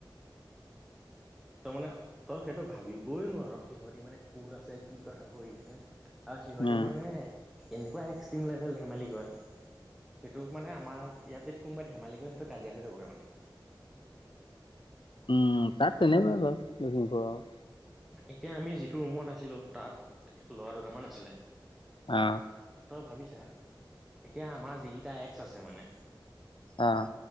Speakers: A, in the centre; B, on the left (about 85°).
A: তই মানে তই সেইটো ভাবিবই নোৱাৰ সিহঁতি মানে ক'ত আছে কি কথা কৈ আছে। আৰু সিহঁতে
B: উম
A: মানে এনেকুৱা এক্সট্ৰিম লেভেল ধেমালি কৰে। সেইটো মানে আমাৰ ইয়াত যদি কোব ধমি কৰেৈ সেইটো কাজিয়া হৈ যাবগৈ মানে।
B: উম, তাত তেনেকুৱা বাৰু লখিমপুৰ আৰু।
A: এতিয়া আমি যিটো ৰুমত আছিলোঁ, তাত ল'ৰা দুটামান আছিলে।
B: অ'।
A: তই ভাবি ছা এতিয়া আমাৰ যিকেইটা এক্স আছে মানে।
B: আহ